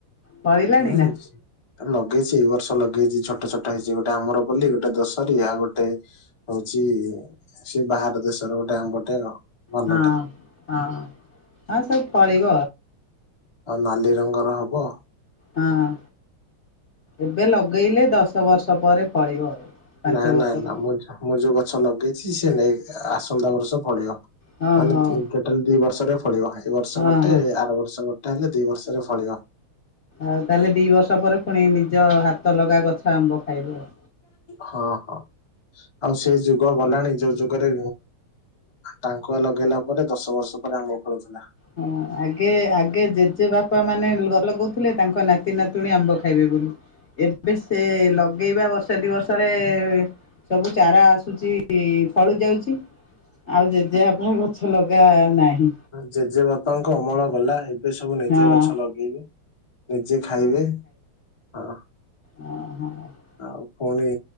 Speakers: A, on the left; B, on the left.
A: ଫଳିଲାଣି
B: <inaudible>
A: ନା
B: ଲଗେଇଛି ଏଇ ବର୍ଷ ଲଗେଇଛି ଛୋଟ ଛୋଟ ହେଇଛି ଗୋଟେ ଆମରପଲୀ ଗୋଟେ ଦଶହରୀ ଆଉ ଗୋଟେ ହଉଛି ସେ ବାହାର ଦେଶର ଗୋଟେ ଆମ୍ବଟେ ଆଉ ଭଲଟେ
A: ହଁ
B: <inaudible>
A: ହଁ। ହଁ ସବୁ ଫଳିବ
B: ଆଉ ନାଲି ରଙ୍ଗର ହବ।
A: ହଁ ଏବେ ଲଗେଇଲେ ଦଶ ବର୍ଷ ପରେ ଫଳିବ ଆଉ ପାଞ୍ଚ
B: ନା
A: ବର୍ଷର
B: ନା ନା ମୁଁ ମୁଁ ଯୋଉ ଗଛ ଲଗେଇଛି ସିଏ ନେଇ ନେ ଆସନ୍ତା ବର୍ଷ ଫଳିବ।
A: ହଁ
B: ମାନେ
A: ହଉ
B: ଟୋଟାଲ ଦି ବର୍ଷରେ ଫଳିବ ଏଇ ବର୍ଷ
A: ହଁ
B: ଗୋଟେ
A: ହଁ।
B: ଆର ବର୍ଷ ଗୋ ଟେ ତାହେଲେ ଦି ବର୍ଷରେ ଫଳିବ।
A: ଆଉ ତାହେଲେ ଦି ବର୍ଷ ପରେ ପୁଣି ନିଜ ହାତ ଲଗା ଗଛ ଆମ୍ବ ଖାଇବ ଆଉ
B: ହଁ ହଁ ଆଉ ସେଇ ଯୁଗ ଗଲାଣି ଯୋଉ ଯୁଗରେ ଟାଙ୍କୁଆ ଲଗେଇଲା ପରେ ଦଶ ବର୍ଷ ପରେ ଆମ୍ବ ଫଳୁଥିଲା।
A: ହଁ ଆଗେ ଆଗେ ଜେଜେ ବାପା ମାନେ ରୁଆ ଲଗଉଥିଲେ ତାଙ୍କ ନାତି ନାତୁଣୀ ଆମ୍ବ ଖାଇବେ ବୋଲି। ଏବେ ସେ ଲଗେଇବା ବର୍ଷା ଦିବର୍ଷରେ ସବୁ ଚାରା ଆସୁଚି ଫଳି ଯାଉଛି ଆଉ ଜେଜେବାପା ଗଛ ଲଗ ଲଗାନାହିଁ।
B: ଜେଜେ ବାପ ବାପାଙ୍କ ଅମଳ ଗଲା ଏବେ ସବୁ ନିଜେ
A: ହଁ
B: ଗଛ ଲଗେଇବି ନିଜେ ଖାଇବେ। ହଁ
A: ଓହୋ
B: ଆଉ ପୁଣି